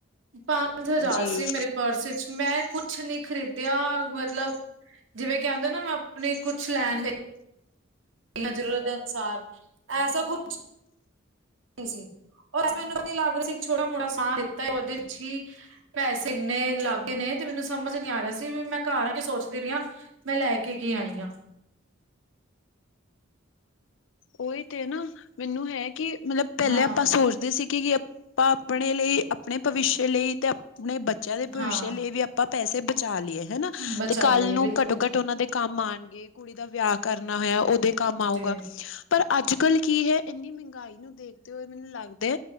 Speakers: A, on the right; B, on the left.
A: ਪੰਜ ਹਜ਼ਾਰ
B: ਜੀ
A: ਸੀ ਮੇਰੇ ਪਰਸ ਵਿੱਚ ਮੈਂ ਕੁਛ ਨੀ ਖ਼ਰੀਦਿਆ ਮਤਲਬ ਕਹਿੰਦਾ ਨਾ ਮੈਂ ਆਪਣੇ ਕੁਛ ਲੈਣ ਦੇ ਇੰਨਾ ਜ਼ਰੂਰਤ ਹੈ ਅਨੁਸਾਰ ਐਸਾ ਕੁ <unintelligible> ਮੈਨੂੰ ਨੀ ਲੱਗ ਰਿਹਾ ਸੀ ਇੱਕ ਛੋਟਾ ਮੋਟਾ ਸਮਾਂ ਦਿੱਤਾ ਉਹਦੇ ਵਿੱਚ ਹੀ ਪੈਸੇ ਇੰਨੇ ਲਗੇ ਨੇ ਤੇ ਮੈਨੂੰ ਸਮਝ ਨੀ ਆ ਰਿਹਾ ਸੀ ਵੀ ਮੈਂ ਘਰ ਆ ਕੇ ਸੋਚਦੀ ਰਹੀ ਹਾ ਮੈਂ ਲੈ ਕੇ ਕੀ ਆਈ ਹਾਂ।
B: ਉਹੀ ਤੇ ਨਾ ਮੈਨੂੰ ਹੈ। ਕਿ ਮਤਲਬ ਪਹਿਲਾਂ
A: ਹਾਂ
B: ਆਪਾਂ ਸੋਚਦੇ ਸੀ ਕਿ ਆਪਾਂ ਆਪਣੇ ਲਈ ਆਪਣੇ ਭਵਿੱਸ਼ ਲਈ ਅਤੇ ਆਪਣੇ ਬੱਚਿਆਂ ਦੇ ਭਵਿੱਖ
A: ਹਾਂ
B: ਲਈ ਵੀ ਆਪਾਂ ਪੈਸੇ ਬਚਾ ਲਈਏ ਹਨਾ
A: ਬਚਾ
B: ਤੇ ਕੱਲ
A: ਲਈਏ
B: ਨੂੰ
A: ਬਿਲਕੁਲ
B: ਘੱਟੋ-ਘੱਟ ਉਹਨਾਂ ਦੇ ਕੰਮ ਆਉਣਗੇ ਕੁੜੀ ਦਾ ਵਿਆਹ ਕਰਨਾ ਹੋਇਆ ਉਹਦੇ ਕੰਮ ਆਊਗਾ
A: ਜੀ
B: ਪਰ ਅੱਜ ਕਲ ਕੀ ਹੈ। ਇੰਨੀ ਮਹਿੰਗਾਈ ਨੂੰ ਦੇਖਦੇ ਹੋਏ ਮੈਨੂੰ ਲੱਗਦਾ